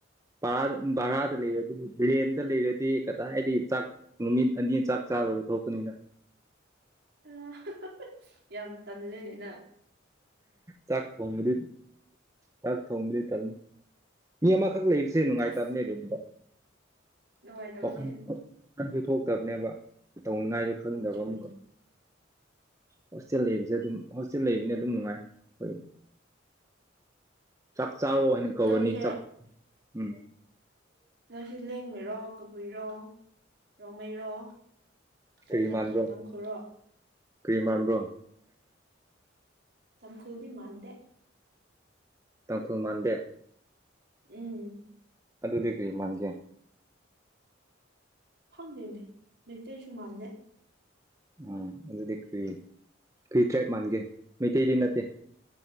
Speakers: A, on the right (about 15°); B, on the right (about 55°).
A: ꯚꯔꯥ ꯚꯔꯥꯗ ꯂꯩꯔꯗꯤ ꯔꯦꯟꯗ ꯂꯩꯔꯗꯤ ꯀꯗꯥꯏꯗꯩ ꯆꯥꯛ ꯅꯨꯃꯤꯠ ꯑꯅꯤ ꯆꯥꯛ ꯆꯥꯗꯕꯤ ꯊꯣꯛꯄꯅꯤꯅ꯫
B: ꯑ ꯌꯥꯝ ꯇꯜꯂꯦ ꯅꯪ꯫
A: ꯆꯥꯛ ꯊꯣꯡꯕꯗꯤ ꯆꯥꯛ ꯊꯣꯡꯕꯗꯤ ꯇꯜꯂꯦ ꯃꯤ ꯑꯃꯈꯛ ꯂꯩꯕꯁꯦ ꯅꯨꯡꯉꯥꯏꯇꯕꯅꯦ
B: ꯑꯁ
A: ꯔꯦꯟꯇ꯫
B: ꯅꯨꯡꯉꯥꯏꯇꯕꯅꯦ
A: ꯋꯥꯈꯜ
B: ꯎꯝ
A: ꯋꯥꯈꯟꯁꯨ ꯊꯣꯛꯇꯕꯅꯦꯕ꯫ ꯇꯧꯅꯤꯉꯥꯏꯁꯨ ꯈꯪꯗꯕ
B: ꯑꯧ ꯆꯨꯝꯃꯤꯅꯦ
A: ꯑꯃꯨꯛꯀ ꯍꯣꯁꯇꯦꯜ ꯂꯩ ꯍꯧꯖꯤꯛ ꯑꯗꯨꯝ ꯍꯣꯁꯇꯦꯜ ꯂꯩꯕꯅꯤꯅ ꯑꯗꯨꯝ ꯅꯨꯡꯉꯥꯏ ꯑꯩꯈꯣꯏ ꯆꯥꯛ ꯆꯥꯔꯣ ꯍꯥꯏꯅ ꯀꯧꯔꯅꯤ
B: ꯅꯪꯁꯦ꯫
A: ꯆꯥꯛ ꯎꯝ
B: ꯅꯪꯁꯤ ꯂꯦꯡꯃꯩꯔꯣ ꯀꯕꯨꯏꯔꯣ ꯔꯣꯡꯃꯩꯔꯣ ꯀꯩꯅꯣ
A: ꯀꯔꯤꯃꯥꯟꯕ꯭ꯔꯣ
B: ꯇꯥꯡꯈꯨꯜꯔꯣ
A: ꯀꯔꯤꯃꯥꯟꯕ꯭ꯔꯣ꯫
B: ꯇꯥꯡꯈꯨꯜꯗꯤ ꯃꯥꯥꯟꯗꯦ꯫
A: ꯇꯥꯡꯈꯨꯜ ꯃꯥꯟꯗꯦ꯫
B: ꯎꯝ꯫
A: ꯑꯗꯨꯗꯤ ꯀꯔꯤ ꯃꯥꯟꯒꯦ꯫
B: ꯈꯪꯗꯦ ꯑꯗꯨꯗꯤ ꯃꯩꯇꯩꯁꯨ ꯃꯥꯟꯗꯦ꯫
A: ꯎꯝ ꯑꯗꯨꯗꯤ ꯀꯔꯤ ꯀꯔꯤ ꯇ꯭ꯔꯥꯏꯞ ꯃꯥꯟꯒꯦ ꯃꯩꯇꯩꯗꯤ ꯅꯠꯇꯦ꯫